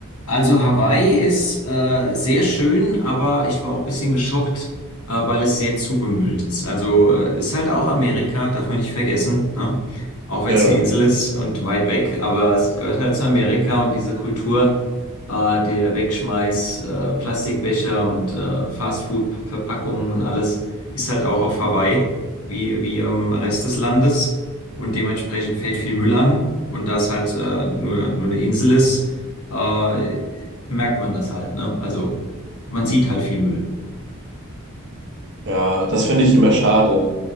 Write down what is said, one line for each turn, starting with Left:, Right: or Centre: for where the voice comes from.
Left: Also Hawaii ist äh, sehr schön, aber ich war auch ein bisschen geschockt, äh, weil es sehr zugemüllt ist. Also äh, ist halt auch Amerika, darf man nicht vergessen, ne? Auch wenn
Right: Ja,
Left: es eine Insel ist und weit weg, aber es gehört halt zu Amerika und diese Kultur äh, der Wegschmeiß, äh, Plastikbecher und äh, Fastfood-Verpackungen und alles ist halt auch auf Hawaii, wie, wie im Rest des Landes. Und dementsprechend fällt viel Müll an. Und da es halt äh, nur, nur eine Insel ist, äh, merkt man das halt, ne? Also man sieht halt viel Müll.
Right: ja, das finde ich immer schade